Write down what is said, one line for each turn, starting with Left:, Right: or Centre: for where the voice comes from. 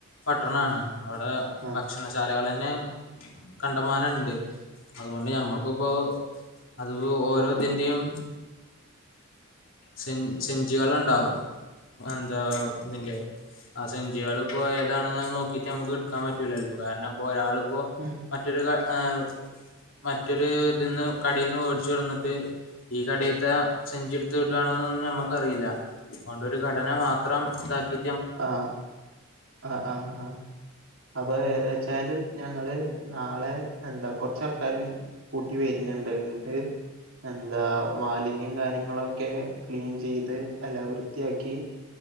Left: പട്ടണമാണ് അവിടെ
Right: ആഹ്
Left: ഭക്ഷണശാലകൾ തന്നെ കണ്ടമാനംണ്ട് അതുകൊണ്ട് നമ്മക്ക് പ്പോ അത് പ്പോ ഓരോതിൻന്റെയും സെ സെഞ്ചികളണ്ടാവും എന്താ ഇതിന്റെ ആ സെഞ്ചി സജികളി പ്പോൾ ഏതാണെന്ന് നോക്കീട്ട് ഇപ്പോ എടുക്കാൻ പറ്റൂല്ലല്ലോ കാരണം ഇപ്പോ ഒരാളിപ്പോൾ
Right: ഉം
Left: മറ്റൊരു ആ മറ്റൊരു ഇതിൽന്ന് കടീന്ന് വേടിച് കൊടന്നിട്ട് ഈ കടേത്തെ സെഞ്ചി എടതിട്ടാണോന്നു നമ്മക്കറിയില്ല അതുകൊണ്ട് ഒരു കടനെ മാത്രം ന്തക്കി
Right: ആഹ ആഹ് അ ആ അപ്പൊ ഏതാച്ചാലും ഞങ്ങള് നാളെ എന്താ കുറച്ച് ആൾക്കാരും കൂട്ടി വരുന്നുണ്ട് എന്നിട്ട് എന്താ മാലിന്യം കാര്യങ്ങളൊക്കെ ക്ലീൻ ചെയ്ത് അല്ല വൃത്തിയാക്കി